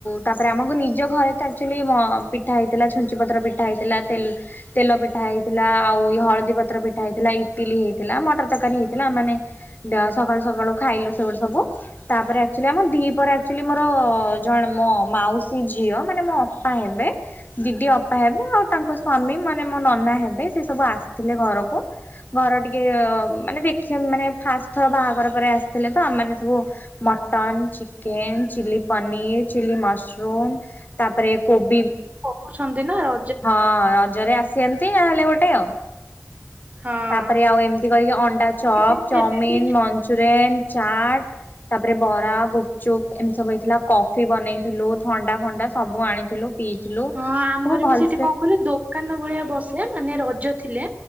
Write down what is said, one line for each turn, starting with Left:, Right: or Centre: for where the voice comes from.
Left: ତାପରେ ଆମକୁ ନିଜ ଘରେ ତ ଆକ୍ଚୁଆଲି ଆ ପି ପିଠା ହେଇଥିଲା, ଛୁଞ୍ଚି ପତ୍ର ପିଠା ହେଇଥିଲା, ତ ତେଲ ପିଠା ହେଇଥିଲା, ଆଉ ହଳଦୀ ପତ୍ର ପିଠା ହେଇଥିଲା ଇଟିଲି ହେଇଥିଲା, ମଟର ତରକାରୀ ହେଇଥିଲା। ମାନେ ସକାଳୁ ସକାଳୁ ଖାଇଲୁ ସେଗୁଡା ସବୁ। ତାପରେ ଆକ୍ଚୁଆଲି ଆମ ଦି ପରେ ଆକ୍ଚୁଆଲି ମୋର ଜଣେ ମୋ ମାଉସୀ ଝିଅ ମାନେ ମୋ ଅପା ହେବେ, ଦିଦି ଅପା ହେବେ। ଆଉ ତାଙ୍କ ସ୍ଵାମୀ ମାନେ ମୋ ନନା ହେବେ ସେ ସବୁ ଆସି ଥିଲେ ଘରକୁ। ଘର ଟିକେ ମାନେ ଦେଖି ମାନେ ଫାଷ୍ଟ ଥର ବାହାଘର ପରେ ଆସିଥିଲେ ତ ଆମ ମାନେ ସବୁ mutton, chicken, chilli paneer, chilli ମସ ର ତାପରେ କୋବି
Right: କହୁଛନ୍ତି ନା ର
Left: ହଁ ରଜରେ ଆସିଅନ୍ତି ନହେଲେ ଗୋଟେ ଆଉ।
Right: ହଁ।
Left: ତାପରେ ଆଉ ଏମିତି କରିକି ଅଣ୍ଡା ଚପ୍,
Right: ଏବେ
Left: ଚଉମିିନ,
Right: ବି
Left: ମ ଞ୍ଚୁରିଆ ନ୍, ଚାଟ ତାପରେ ବରା, ଗୁପଚୁପ, ଏମିତି ସବୁ ହେଇଥିଲା। କଫି ବନେଇଥିଲୁ। ଥଣ୍ଡା ଫଣ୍ଡା ସବୁ ଆଣିଥିଲୁ। ପିଇଥିଲୁ।
Right: ହଁ
Left: ସେରା
Right: ଆମର
Left: ଭଲ୍
Right: ବି ସେଠି କଣ କହିଲ ଦୋକାନ ଭଳିଆ ବସେ, ମାନେ ରଜ ଥିଲେ।